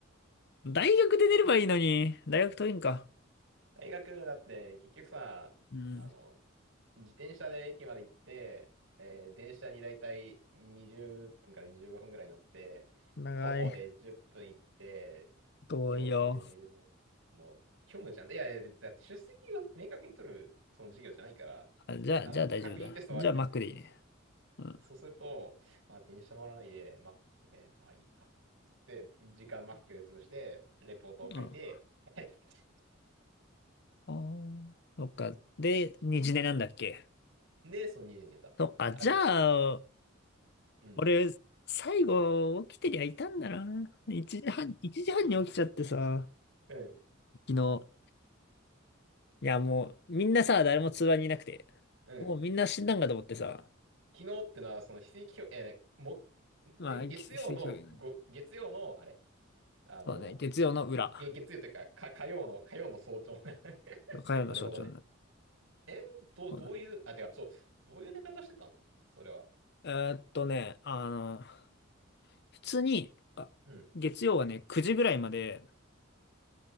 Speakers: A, on the left; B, on the right.
A: 大学で寝ればいいのに。大学遠いんか。
B: 大学だって結局さ、
A: うん。
B: あの、自転車で駅まで行って、えー電車にだいたい20分から25分ぐらい乗って、
A: 長い。
B: 徒歩で10分行って、
A: 遠いよ。
B: 教室で寝るの、虚無じゃん。いやいや、別にだって出席を明確に取るその授業じゃないから、
A: あ、じゃあ、
B: あの、
A: じゃあ大丈夫だ。
B: 確認テストはあるけどね、
A: じゃあマックでいいね。
B: そうする。
A: うん。
B: そうすると、まあ、電車乗らないで、マックで、まあいいか。つって、時間マックで潰して、レポートを書いて、
A: うん
B: <laughs>
A: ああ、そっか。で、二次寝なんだっけ
B: で、そう、2時に寝た。
A: そっか。
B: あ、
A: じゃ
B: で、そ
A: あ、
B: う。うん。
A: 俺、最後、起きてりゃいたんだな。一時半、一時半に起きちゃってさ、
B: うん。
A: 昨日。いや、もう、みんなさ、誰も通話にいなくて。
B: うん。
A: もうみんな死んだんかと思ってさ。
B: 昨日ってのは、その、非正規表、えーも、
A: まあ、
B: え月曜の、
A: 奇奇跡表現。
B: ご、月曜の、あれ、あの、
A: そうね。月曜の裏。
B: げ月曜というか、か、火曜の、火曜の早朝 <laughs>
A: 火曜の象徴になる。
B: なるほどね。え、どう、
A: そうだ。
B: どういう、あ、てか、そう、どういう寝方してたのそれは。
A: えーっとね、あの、普通に、あ月曜はね、
B: うん。
A: 9時ぐらいまで、